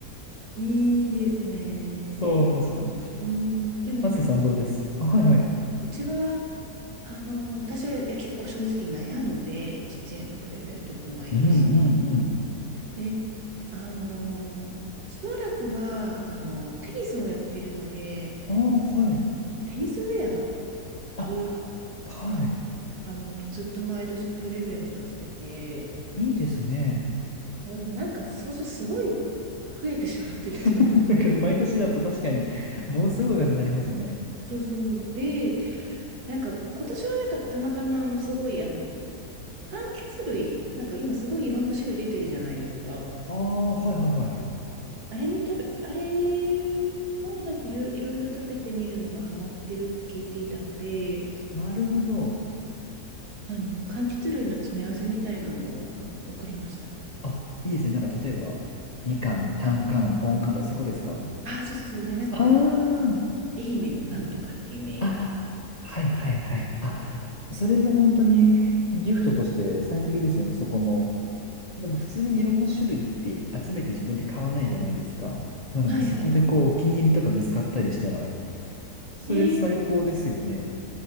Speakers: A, on the right; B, on the left.
A: いいですね。
B: <laughs> そうなんですよ。
A: うん、でも、
B: マサさんどうですあ、はいはい。
A: うちは、あの、私は、いや結構正直悩んで、父へのプレゼントって毎年。
B: うんうんうん。
A: で、あの、しばらくは、あの、テニスをやってるので、
B: ああ、はい。
A: あのテニスウェア
B: あ、
A: を、
B: はい。
A: あの、ずっと毎年プレゼントしてて、
B: いいですね。
A: そう、でもなんか、そうそう、すごい増えてしまって、父の。
B: <laughs> だから毎年だと確かにものすごい数になりますね。
A: そうそう。で、なんか、今年はなんか、たまたま、あの、すごい、あの、柑橘類、なんか今すごいいろんな種類出てるじゃないですか。
B: ああ、はいはいはいは
A: あれに食べ、あれをなんかいろいろいろ食べてみるのがハマってるって聞いていたので、
B: い。なるほど。
A: あの、柑橘類の詰め合わせみたいなのを、あの、送りました。
B: あ、いいですね。なんか例えば、みかん、たんかん、ぽんかんとかそういうことですか
A: ああ、そうそうそう。で、なんかこ
B: ああ。
A: う、愛媛のなんとかっていう銘柄。
B: あ、はいはいはい。あ、それも本当にギフトとして最適ですよね、そこの。でも普通にいろんな種類って集めて自分で買わないじゃないですか。なのでそこでこうお気に入りとか見つかったりしたら、
A: はいはい。
B: それ最高ですよね。
A: ね